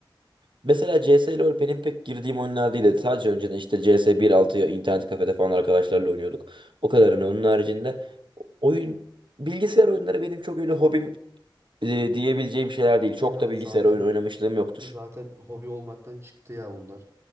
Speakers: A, on the right; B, on the right.
A: Mesela CS LoL benim pek girdiğim oyunlar değildi. Sadece önceden işte CS 1.6'ya internet kafede falan arkadaşlarla oynuyorduk. O kadarını. Onun haricinde oyun bilgisayar oyunları benim çok öyle hobim e, diyebileceğim şeyler değil. Çok
B: Ya
A: da
B: zaten
A: bilgisayar oyun oynamışlığım yoktur.
B: zaten hobi olmaktan çıktı ya bunlar.